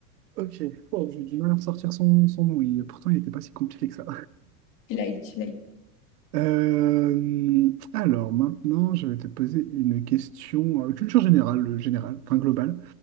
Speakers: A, on the right; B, on the left.
A: Ok, Oh, j'ai du mal à ressortir son, son nom, il- pourtant il n'était pas si compliqué que ça.
B: tu l'as eu, tu l'as eu.
A: Euh, alors maintenant, je vais te poser une question euh, culture générale, euh, générale, enfin globale.